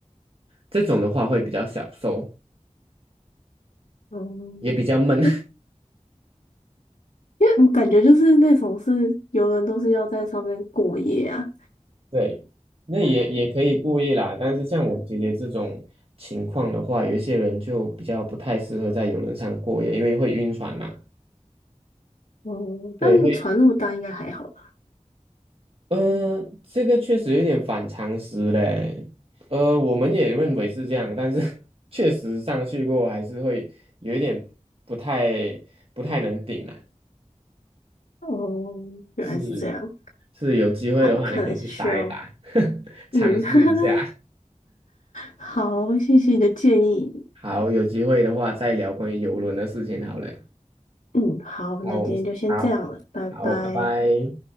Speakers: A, on the right; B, on the left.
A: 这种的话会比较小艘，
B: 哦，
A: 也比较闷。
B: 诶，因为我感觉就是那种是游轮都是要在上面过夜啊。
A: 对，那也也可以故意啦，但是像我姐姐这种情况的话，有一些人就比较不太适合在游轮上过夜，因为会晕船嘛。
B: 哦，
A: 对，
B: 但船那么大应该还好
A: 会，呃，这个确实有点反常识嘞。呃，我们也认为是这样，但是 <laughs> 确实上去过还是会有一点不太不太能顶啊。
B: 哦，原来是这样。
A: 是是，有机会的话你可以去打一打，
B: 好，看来是需要，
A: <laughs> 尝试一下。
B: 嗯，<laughs> 好，谢谢你的建议。
A: 好，有机会的话再聊关于游轮的事情好了。
B: 嗯，好，
A: 好，
B: 那今天就先这样了，
A: 我们好，
B: 拜拜。
A: 好，拜拜。